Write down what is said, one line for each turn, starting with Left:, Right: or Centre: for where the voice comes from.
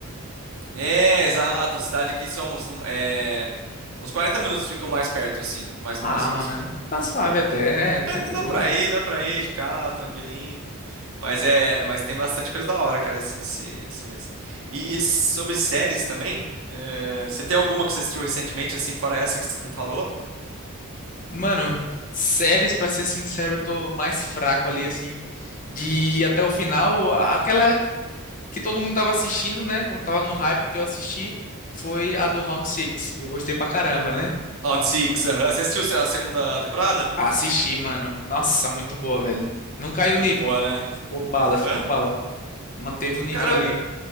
Right: É, exato. A cidade aqui são é, uns 40 minutos ficam mais perto, assim, mais próximo,
Left: Ah, mano,
Right: assim.
Left: tá suave
Right: É.
Left: até, é, tá de
Right: É, dá
Left: boa.
Right: pra ir, dá pra ir de carro, tranquilinho. Mas é, mas tem bastante coisa da hora, cara, esse, esse, esse mês. E, e sobre séries também, é, você tem alguma que você assistiu recentemente, assim, fora essa que você me falou?
Left: Mano, séries, pra ser sincero, eu tô mais fraco ali, assim, de ir até o final. A- Aquela que todo mundo tava assistindo, né? Quando tava no hype que eu assisti, foi a do Round Six que eu gostei pra caramba, né?
Right: Round Six, aham. Você assistiu a segunda temporada?
Left: Assisti, mano. Nossa, muito boa, velho. Não caiu o nível.
Right: Boa, né?
Left: Ficou bala, ficou
Right: Hã?
Left: bala. Manteve o nível
Right: Cara,
Left: ali.
Right: eu-